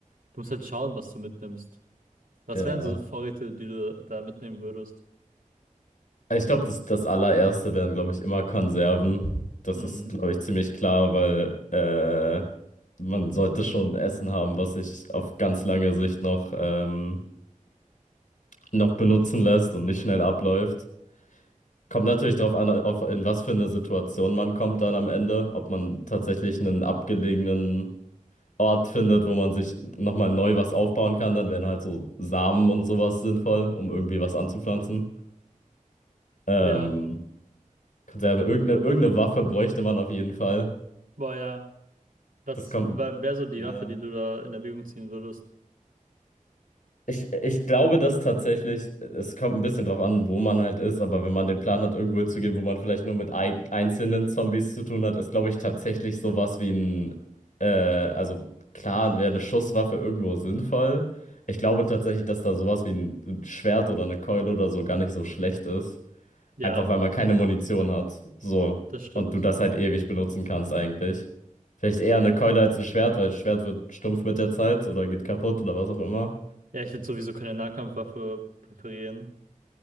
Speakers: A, on the right; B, on the left.
A: Du musst halt schauen, was du mitnimmst. Was
B: Ja.
A: wären so Vorräte, die du da mitnehmen würdest?
B: Ich glaube, das, das allererste wären, glaube ich, immer Konserven. Das
A: Mhm.
B: ist, glaube ich, ziemlich klar, weil äh, man sollte schon Essen haben, was sich auf ganz lange Sicht noch, ähm, noch benutzen lässt und nicht schnell abläuft. Kommt natürlich darauf an, auf, in was für eine Situation man kommt dann am Ende, ob man tatsächlich einen abgelegenen Ort findet, wo man sich nochmal neu was aufbauen kann, dann wären halt so Samen und sowas sinnvoll, um irgendwie was anzupflanzen. Ähm,
A: Ja,
B: Konserve, irgendeine, irgendeine Waffe bräuchte man auf jeden Fall.
A: boah, ja. Das
B: Das kommt.
A: wäre so die
B: Ja.
A: Waffe, die du da in Erwägung ziehen würdest.
B: Ich, ich glaube, dass tatsächlich, es kommt ein bisschen drauf an, wo man halt ist, aber wenn man den Plan hat, irgendwo hinzugehen, wo man vielleicht nur mit ei einzelnen Zombies zu tun hat, ist, glaube ich, tatsächlich sowas wie ein, äh, also klar, wäre eine Schusswaffe irgendwo sinnvoll. Ich glaube tatsächlich, dass da sowas wie ein Schwert oder eine Keule oder so gar nicht so schlecht ist.
A: Ja,
B: Einfach weil man keine Munition hat. So.
A: das stimmt.
B: Und du das halt ewig benutzen kannst eigentlich. Vielleicht eher eine Keule als ein Schwert, weil das Schwert wird stumpf mit der Zeit oder geht kaputt oder was auch immer.
A: Ja, ich würde sowieso keine Nahkampfwaffe präferieren.